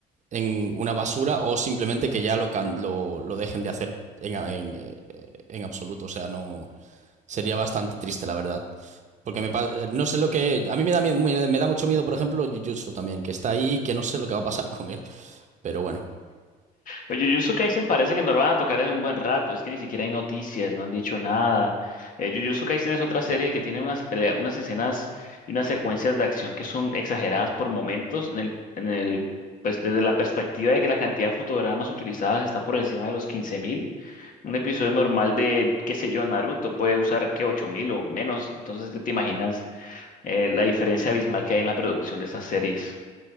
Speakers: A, on the right; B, on the left.
A: en una basura o simplemente que ya lo, can- lo, lo dejen de hacer en, en, eh, en absoluto. O sea, no. Sería bastante triste, la verdad. Porque me pa- eh, no sé lo que. A mí me da, mie- me, me da mucho miedo, por ejemplo, Jujutsu también, que está ahí y que no sé lo que va a pasar con él. Pero bueno.
B: Pues Jujutsu Kaisen parece que no lo van a tocar en un buen rato, es que ni siquiera hay noticias, no han dicho nada. Eh, Jujutsu Kaisen es otra serie que tiene unas peleas, unas escenas y unas secuencias de acción que son exageradas por momentos en el, en el, pues desde la perspectiva de que la cantidad de fotogramas utilizadas está por encima de los quince mil, Un episodio normal de, qué sé yo, Naruto puede usar que 8.000 o menos, entonces ya te imaginas eh, la diferencia abismal que hay en la producción de estas series.